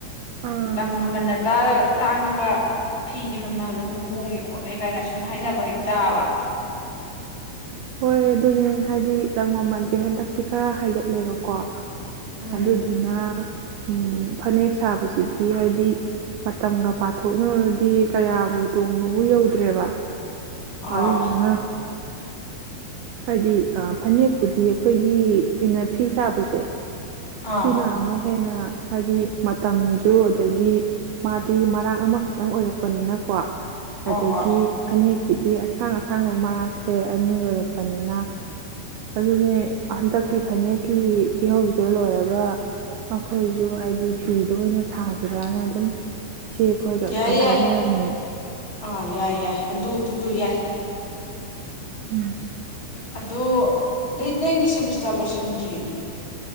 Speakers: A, on the right; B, on the left.
A: ꯑꯥ
B: ꯂꯪ ꯃꯃꯜꯟꯅ ꯇꯥꯔꯒ ꯇꯥꯡꯉꯒ ꯐꯤꯒꯤ ꯃꯃꯜꯅ ꯑꯃꯨꯛ ꯍꯣꯡꯉꯦ ꯈꯣꯠꯂꯦ ꯀꯥꯏꯅ ꯁꯨꯝ ꯍꯥꯏꯅꯕ ꯍꯥꯏꯩꯅ ꯇꯥꯕ
A: ꯍꯣꯏ ꯑꯗꯨꯅꯦ ꯍꯥꯏꯗꯤ ꯂꯪ ꯃꯃꯜꯁꯦ ꯍꯟꯗꯛꯇꯤ ꯈꯔ ꯍꯥꯏꯒꯠꯂꯦꯕꯀꯣ
B: ꯎꯝ
A: ꯑꯗꯨꯗꯨꯅ ꯎꯝ ꯐꯅꯦꯛ ꯁꯥꯕꯁꯤꯗꯤ ꯍꯥꯏꯗꯤ ꯃꯇꯝꯒ ꯄꯥꯊꯣꯛꯅꯔꯗꯤ ꯀꯌꯥꯕꯨ ꯇꯣꯡꯕꯕꯨ ꯌꯧꯗ꯭ꯔꯦꯕ
B: ꯑꯥ
A: ꯑꯗꯨꯗꯨꯅ ꯍꯥꯏꯗꯤ ꯐꯅꯦꯛꯄꯨꯗꯤ ꯑꯩꯈꯣꯏꯒꯤ ꯏꯅ ꯐꯤ ꯁꯥꯕꯁꯦ
B: ꯑꯥ
A: ꯁꯤꯅ ꯑꯃꯨꯛ ꯍꯦꯟꯅ ꯍꯥꯏꯗꯤ ꯃꯇꯝꯁꯨ ꯑꯗꯒꯤ ꯃꯥꯗꯤ ꯃꯔꯥꯛ ꯑꯃꯈꯛꯇꯪ ꯑꯣꯏꯔꯛꯄꯅꯤꯅꯀꯣ
B: ꯍꯣꯏ
A: ꯑꯗꯒꯤ
B: ꯍꯣꯏ
A: ꯐꯅꯦꯛ ꯍꯥꯏꯗꯤ ꯑꯁꯥꯡ ꯑꯁꯥꯡꯕ ꯃꯔꯛꯁꯦ ꯑꯅꯤ ꯑꯣꯏꯔꯛꯄ ꯄꯅꯤꯅ ꯑꯗꯨꯅꯦ ꯍꯟꯗꯛꯀꯤ ꯐꯅꯦꯛꯀꯤ ꯐꯤꯍꯧꯁꯦ ꯂꯣꯏꯔꯒ ꯑꯈꯣꯏꯁꯨ ꯍꯥꯏꯗꯤ ꯐꯤꯗꯣ ꯑꯣꯏꯅ ꯁꯥꯁꯤꯔꯅ ꯑꯗꯨꯝ ꯏꯆꯦ ꯑꯩꯈꯣꯏꯒ ꯑꯩꯈꯣꯏ
B: ꯌꯥꯏ ꯌꯥꯏ
A: ꯍꯥꯏꯅꯔꯝꯃꯤꯅꯦ
B: ꯑꯥ ꯌꯥꯏ ꯌꯥꯏ ꯑꯗꯨ ꯑꯗꯨꯗꯨ ꯌꯥꯏ
A: ꯎꯝ
B: ꯑꯗꯨ ꯅꯣꯏ ꯅꯪꯗꯤ ꯁꯦꯃꯤꯁꯇꯔ ꯂꯣꯏꯁꯟꯗ꯭ꯔꯤ